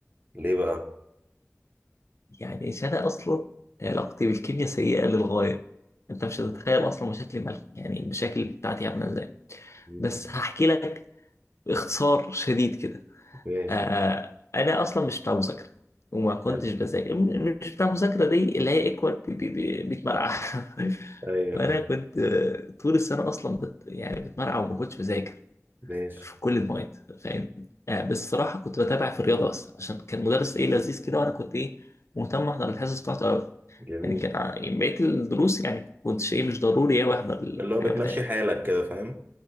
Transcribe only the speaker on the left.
يعني انا اصلا علاقتي بالكيمياء سيئه للغايه انت مش هتتخيل اصلا مشاكلي مع يعني المشاكل بتاعتي عامله ازاي
بس هحكي لك باختصار شديد كده
آه آه، انا اصلا مش بتاع مذاكره وما كنتش
بذاكر م- مش بتاع مذاكره دي اللي هي اكوال بي- بي- بي- بيتمرقع <laughs>
فانا كنت آه، طول السنه اصلا بت... يعني بتمرقع وما كنتش بذاكر
في كل المواد فاهم آه بس الصراحه كنت بتابع في الرياضه بس عشان كان مدرس ايه لذيذ كده وانا كنت ايه مهتم احضر الحصص بتاعته قوي
يعني كان ع- يعني بقيه الدروس يعني كنت ايه مش ضروري قوي احضر الحاجه
بتاعتي